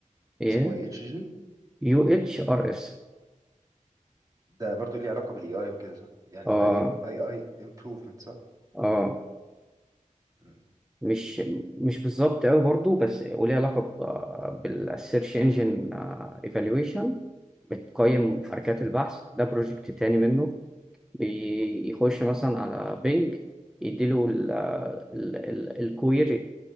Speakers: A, in the centre; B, on the right.
A: ايه
B: اسمه اي اتش جي
A: يو اتش ار اس
B: ده برضو ليه علاقه بالاي اي وكده صح يعني
A: اه
B: اي اي اي امبروفمنت صح
A: اه
B: مم.
A: مش مش بالظبط قوي برضو بس وليه علاقة ب- بالسيرش انجن ايفالويشن بتقيم حركات البحث ده بروجكت تاني منه بيخش مثلا على بينج يديله الكوير